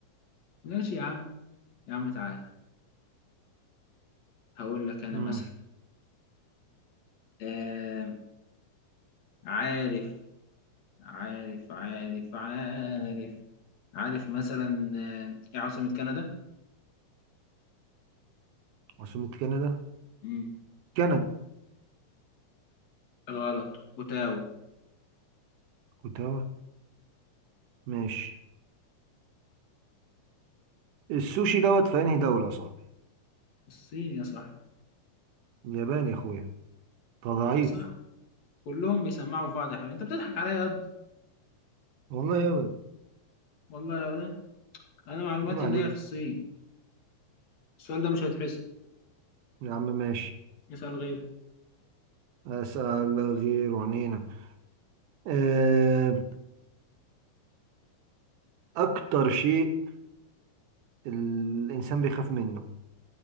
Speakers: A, on the left (about 60°); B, on the right (about 75°).
A: ماشي يا عم يا عم تعال هقول لك أنا
B: امم
A: مثلا آه عارف عارف عارف عارف عارف مثلا آه، إيه عاصمة كندا؟
B: عاصمة كندا
A: مم.
B: كندا
A: غلط أوتاوا
B: كنت هوا ماشي السوشي دوت في انهي دولة يا صاحبي
A: الصين يا صاحبي
B: اليابان يا اخويا انت ضعيف
A: يا صاحبي كلهم بيسمعوا في بعض يا حبيبي أنت بتضحك عليا
B: والله يا ابدا
A: والله يا ولد انا معلوماتي
B: عيب عليك
A: ان هي في الصين السؤال ده مش هيتحسب
B: يا عم ماشي
A: اسال غيره
B: أسأل غير عنينا آه، أكتر شيء الإنسان بيخاف منه